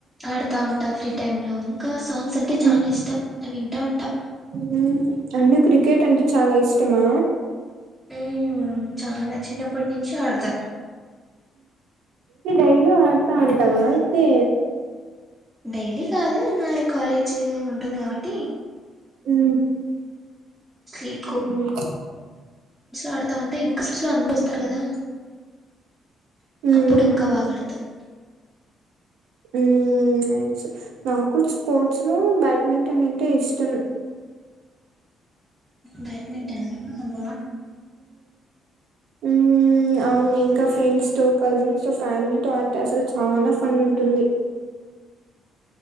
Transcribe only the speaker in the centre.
ఆడుతు ఉంటా ఫ్రీ టైంలో ఇం సాంగ్స్ అంటే చాలా
ఇష్టం వింటా ఉంటాం
ఉమ్మా చాలా చిన్నప్పటి నుంచి అడుత
డైలీ కాదు కాలేజీ ఉంటుంది కాబట్టి
<inaudible>
ఆడుతా ఉంటే ఇంక చిట్చలో అంద వస్తారు కదా
అప్పుడు ఇంకా బాగాడుతారు
బ్యాడ్మింటన్ ఫబ